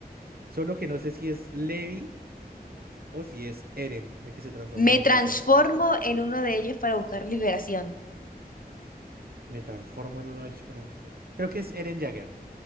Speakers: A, on the right; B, on the left.
A: Solo que no sé si es Levi o si es Eren el que se transforma
B: me
A: en
B: transformo
A: titán.
B: en uno de ellos para buscar liberación.
A: Me transformo en uno de ellos para buscar. Creo que es Eren Jagger.